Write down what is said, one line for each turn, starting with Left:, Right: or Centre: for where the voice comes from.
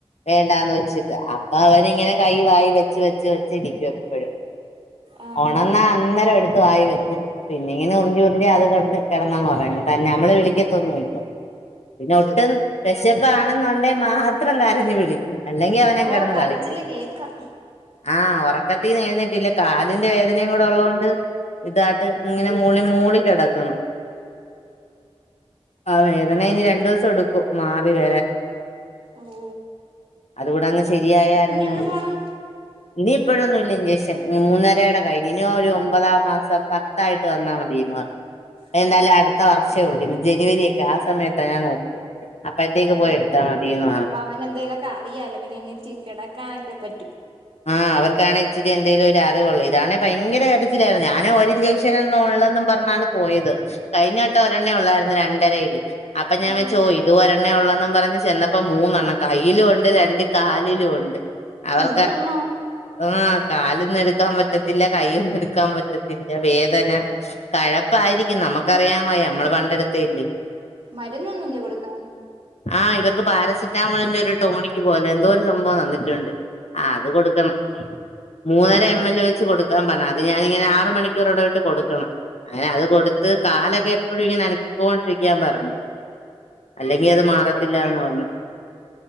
Left: വേണ്ടാന്ന് വെച്ചിട്ട് അപ്പൊ അവരിങ്ങനെ കൈ വായി വെച്ച് വെച്ച് വെച്ചിരിക്കും എപ്പഴും
Right: ആഹ്
Left: ഉണർന്നാ അന്നേരം എടുത്ത് വായി വെക്കും പിന്നെ ഇങ്ങനെ ഉറഞ്ചി ഉറഞ്ചി അത് കൊണ്ട് കിടന്ന് ഉറങ്ങും തന്നെ നമ്മളെ വിളിക്കത്തൊന്നുല്ല പിന്നെ ഒട്ടും വിശപ്പാണെന്നുണ്ടേ മാത്രം കരഞ്ഞു വിളിക്കും അല്ലെങ്കി അവന്ങ്ങ്
Right: ഓ
Left: കിടന്ന്
Right: കരച്ചില്
Left: കളിക്കും
Right: കേക്കാം
Left: ആഹ് ഉറക്കത്തിന്നെഴ്നേറ്റ് കാലിന്റെ വേദനയും കൂടെ ഉള്ളതുകൊണ്ട് ഇതാട്ട് ഇങ്ങനെ മൂളി മൂളി കിടക്കുന്നു ആഹ് വേദന ഇനി രണ്ടു ദിവസം എടുക്കും മാറി വരാൻ,
Right: ഓഹ്
Left: അതുകൂടെ അങ്ങ് ശെരിയായാരുന്നേ
Right: എന്ന് പോണം
Left: ഇനി ഇപ്പോഴൊന്നും ഇല്ല ഇൻജെക്ഷൻ മൂന്നരയുടെ കഴിഞ്ഞ് ഇനി ഒരു ഒമ്പതാം മാസം പത്തായിട്ട് വന്നാൽ മതിയെന്ന് പറഞ്ഞ്
Right: ഓ
Left: എന്തായാലും അടുത്ത വർഷേ ഉള്ളൂ ജനുവരിയൊക്കെ ആഹ് സമയത്താ ഞാൻ നോക്കി അപ്പഴത്തേക്ക്
Right: ഓ
Left: പോയെടു ത്താ മതിയെന്ന് പറ
Right: അപ്പൊ അവന് എന്തേലുവൊക്കെ അറിയാലോ പിന്നെ എണീറ്റ് കെടക്കാനൊക്കെ പറ്റും.
Left: ആഹ് അവർക്കാണെ ഇച്ചിരി എന്തേലും ഒരു അറിവുള്ളു ഇതാണേ ഭയങ്കര കരച്ചിലായിരുന്നു ഞാന് ഒര് ഇൻജെക്ഷന് ഒന്നും ഉള്ളന്നും പറഞ്ഞാണ് പോയത് കഴിഞ്ഞവട്ടം ഒരെണ്ണേ ഒള്ളായിരുന്നു രണ്ടരയില് അപ്പൊ ഞാൻ
Right: ആഹ്
Left: വെച്ചു ഇതും ഒര ണ്ണേയുള്ളെന്ന് പറഞ്ഞ് ചെന്നപ്പോ മൂന്നെണ്ണം കയിലും ഉണ്ട് രണ്ട് കാലിലും ഉണ്ട് അവർ
Right: മൂന്നെണ്ണോ?
Left: ആഹ് കാലൊന്നു എടുക്കാൻ പറ്റത്തില്ല കൈയൊന്നും എടുക്കാൻ പറ്റത്തില്ല വേദന. കഴപ്പിയിരിക്കും നമുക്കറിയാൻ വയ്യ നമ്മള് പണ്ടെടുത്തയല്ലെ
Right: മരുന്നൊന്നും ഇല്ലേ കൊടുക്കാൻ
Left: ആഹ് ഇവർക്ക് പാരസെറ്റാമോളിന്റെ ഒരു ടോണിക്ക് പോലെ എന്തോ ഒരു സംഭവം തന്നിട്ടുണ്ട്. ആഹ് അത് കൊടുക്കണം മൂന്നര
Right: ഓ
Left: എം എൽ വെച്ച് കൊടുക്കാൻ പറഞ്ഞതാ അത് ഞാനിങ്ങനെ ആറ് മണിക്കൂർ എട വിട്ട് കൊടുക്കണം. അങ്ങനെ അത് കൊടുത്ത് കാലൊക്കെ എപ്പോഴും ഇങ്ങനെ അനക്കിക്കോണ്ടിരിക്കാൻ പറഞ്ഞു. അല്ലെങ്കി അത് മാറത്തില്ലാന്ന് പറഞ്ഞു.